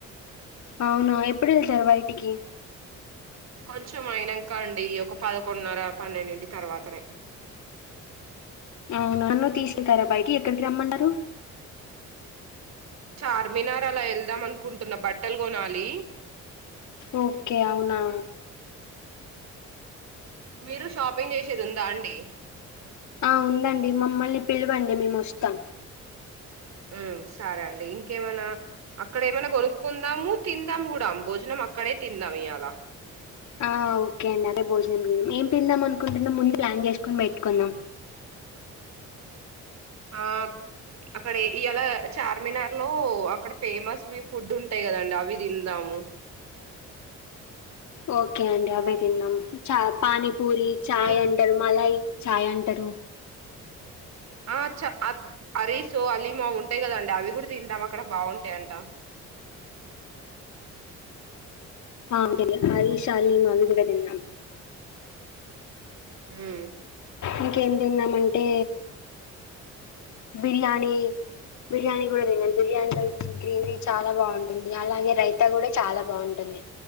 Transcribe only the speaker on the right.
కొంచెం అయినాంక అండి ఈ ఒక పదకొండున్నర పన్నెండిటి తర్వాతనే
చార్మినార్ అలా వెళ్దాం అనుకుంటున్న బట్టలు కొనాలి
మీరు షాపింగ్ జేషేది ఉందా అండి
ఉమ్ సరే అండి ఇంకేమనా అక్కడ ఏమైనా కొనుక్కుందాము తిందాం గూడా భోజనం అక్కడే తిన్ ఇయ్యాలా
ఆ అక్కడ ఎ ఇయ్యాల చార్మినార్ లో అక్కడ ఫేమస్ మీ ఫుడ్ ఉంటాయి కదండి అవి తిందాము ఉమ్
అల్
ఆ చ అ అరీసుో అలీమో ఉంటాయ్ గదండీ అవి కూడా తిందాం అక్కడ బాగుంటయంట
ఉమ్